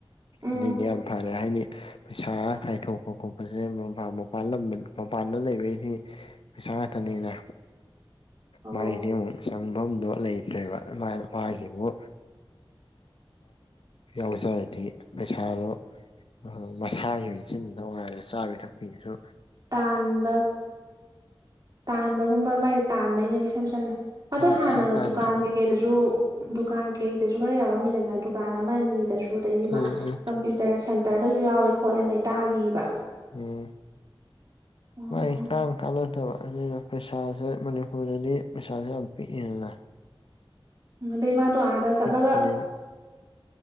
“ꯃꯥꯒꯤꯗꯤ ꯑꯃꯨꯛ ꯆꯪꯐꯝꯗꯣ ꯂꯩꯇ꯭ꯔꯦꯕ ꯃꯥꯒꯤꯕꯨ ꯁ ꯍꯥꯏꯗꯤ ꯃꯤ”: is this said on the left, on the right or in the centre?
Left